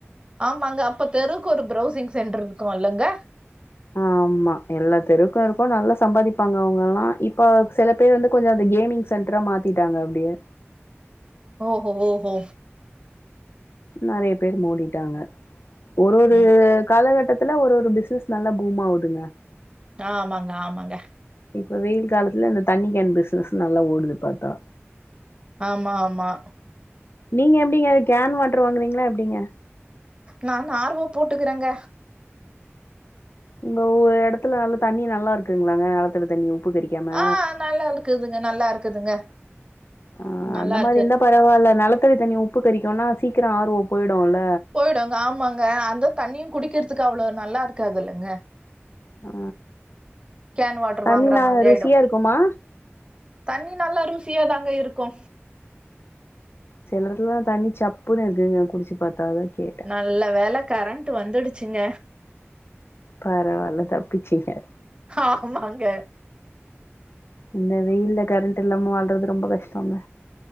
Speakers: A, on the right; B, on the left.
A: ஆமாங்க அப்ப தெருக்கு ஒரு ப்ரௌசிங் சென்டர் இருக்கும் இல்லங்க
B: ஆமா எல்லா தெருக்கோ இருக்கோ நல்லா சம்பாதிப்பாங்க அவங்க எல்லா இப்ப சில பேர் வந்து கொஞ்சோ அந்த கேமிங் சென்ரா மாத்திட்டாங்க அப்டியே
A: ஓஹோ ஹோ ஹோ
B: நறைய பேர் மூடிட்டாங்க ஒரு ஒரு
A: ம்.
B: காலகட்டத் த்துல ஒரு ஒரு பிசினஸ் நல்ல பூமாவுதுங்க
A: ஆமாங்க ஆமாங்க
B: இப்ப வெயி காலத்துல இந்த தண்ணி கேன் பிசினஸ் நல்லா ஓடுது பாத்தா
A: ஆமா ஆமா
B: நீங்க எப்டிங்க கேன் வாட்டர் வாங்கறீங்களா எப்டிங்க
A: நா ஆர் வோ போட்டுக்கறேங்க
B: உங்க ஓர் எடத்துல நல்ல தண்ணி நல்லா இருக்குங்களாங்க நெலத்தடி தண்ணி உப்பு கரிக்காம
A: ஆ நல்லா இருக்குதுங்க நல்லா இருக்குதுங்க
B: ஆ
A: நல்லா
B: அந்த மாரி
A: இருக்கு.
B: இந்தா பரவால்ல நெலத்தடி தண்ணி உப்பு கறிக்கும்னா சீக்கிரோ ஆர்வோ போயிடுல்ல
A: போயிடுங்க ஆமாங்க அந்த தண்ணியு குடிக்கிறதுக்கு அவ்ளோ நல்லாருகாதுலங்க
B: ஆ
A: கேன் வாட்டர்
B: தண்ணி
A: வாங்குற
B: நா
A: மாதிரி
B: ருசியா
A: ஆயிடு
B: இருக்குமா
A: தண்ணி நல்லா ருசியாதாங்க இருக்கு
B: சிலர்லா தண்ணி சப்புன்னு இருக்குங்க குடிச்சு பாத்தா அதா கே
A: நல்ல வேல கரண்ட்டு வந்துடுச்சுங்க
B: பரவால்ல தப்பிச்சிங்க
A: ஆமாங்க
B: இந்த வெயில்ல கரண்ட் இல்லாம வாழ்றது ரொம்ப கஸ்டோங்க